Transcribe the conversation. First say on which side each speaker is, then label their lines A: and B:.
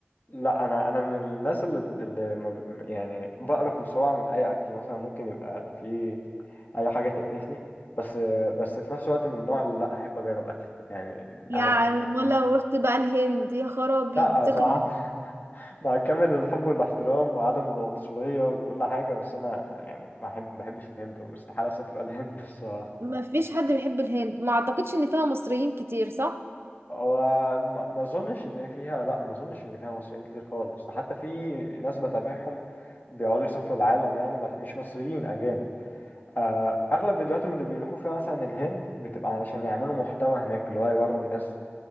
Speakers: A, on the left; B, on the right.
A: لا انا انا من الناس اللي, اللي ما ب- يعني بقرف بسرعه من اي اكل مثلا ممكن يبقى فيه اي حاجه تقرفني بس بس في نفس الوقت من النوع اللي لا احب اجرب اكل يعني
B: يعني
A: عايز
B: ما
A: أكل.
B: لو رحت بقى الهند يا خرابي
A: لا
B: تكره
A: صراحه <laughs> مع كامل الحب والاحترام وعدم العنصرية وكل حاجة بس أنا يعني ما أحب ما بحبش الهند واستحالة أسافر الهند <laughs> الصراحة
B: ما فيش حد بيحب الهند ما اعتقدش ان فيها مصريين كتير صح
A: هو ما ما أظنش إن فيها لأ ما أظنش إن فيها مصريين كتير خالص حتى في ناس بتابعهم بيقعدوا يسافروا العالم يعني بس- مش مصريين أجانب آه، أغلب فيديوهاتهم اللي بيروحوا فيها مثلا الهند بتبقى علشان يعملوا محتوى هناك اللي هو يوروا الناس